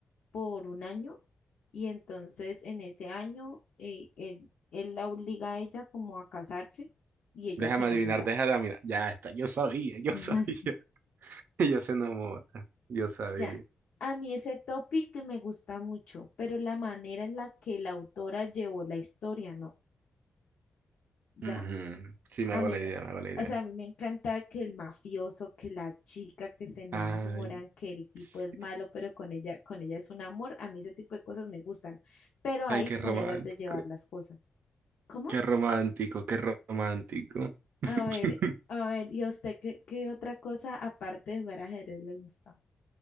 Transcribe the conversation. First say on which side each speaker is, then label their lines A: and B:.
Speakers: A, on the left; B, on the right.
A: por un año y entonces en ese año eh, él, él la obliga a ella como a casarse y ella
B: Déjame
A: se enamora.
B: adivinar, déjame adivinar. Ya está, yo sabía, yo
A: <laughs>
B: sabía. <laughs> Ella se enamora, yo sabía.
A: Ya, a mí ese topic me gusta mucho, pero la manera en la que la autora llevó la historia, ¿no? ¿Ya?
B: Ujú, Sí, me
A: A
B: hago
A: mí
B: la
A: me,
B: idea, me hago la idea.
A: o sea, a mí me encanta que el mafioso, que la chica que se enamoran,
B: Ay,
A: que el tipo
B: sí.
A: es malo, pero con ella, con ella es un amor. A mí ese tipo de cosas me gustan, pero hay
B: Ay, qué romántico,
A: maneras de llevar las cosas. ¿Cómo?
B: qué romántico, qué romántico.
A: A
B: <laughs>
A: ver, a ver, ¿y a usted qué, qué otra cosa aparte de jugar ajedrez le gusta?